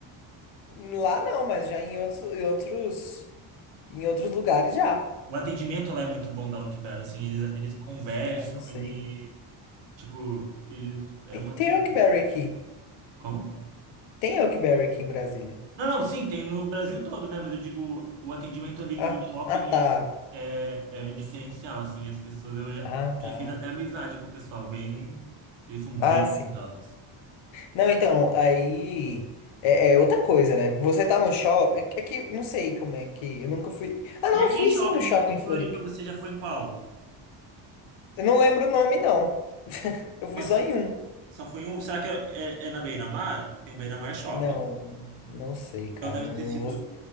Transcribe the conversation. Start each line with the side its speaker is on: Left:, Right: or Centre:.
Left: Lá não, mas já em outros, em outros, em outros lugares já.
Right: O atendimento lá é muito bom da Oakberry, assim, eles, eles conversam,
Left: Ah, não sei.
Right: eles, tipo, eles, é
Left: Tem,
Right: um atendimento...
Left: tem Oakberry aqui.
Right: Como?
Left: Tem Oakberry aqui em Brasília.
Right: Não, não, sim, tem no Brasil todo, né? Mas eu digo, o atendimento ali no
Left: Ah,
Right: shopping
Left: ah, tá.
Right: é, é, é é diferencial, assim. As pessoas, eu já,
Left: Ah,
Right: eu
Left: tá.
Right: já fiz até amizade com o pessoal, bem, eles são bem
Left: Ah, sim.
Right: atenciosos.
Left: Não, então, aí é, é outra coisa, né? Você tá no shopping. É que é que não sei como é que. Eu nunca fui. Ah, não,
Right: E aqui
Left: fui
Right: em shopping,
Left: sim no shopping
Right: aqui em
Left: em Floripa.
Right: Floripa, você já foi em qual?
Left: Eu não lembro o nome, não. <laughs> Eu fui
Right: Mas
Left: só em um.
Right: só foi em um, será que é, é, é na Beira-Mar? Tem um Beira-Mar Shopping.
Left: Não, não sei, cara.
Right: Então deve
Left: Não,
Right: ter
Left: não
Right: sido
Left: vou,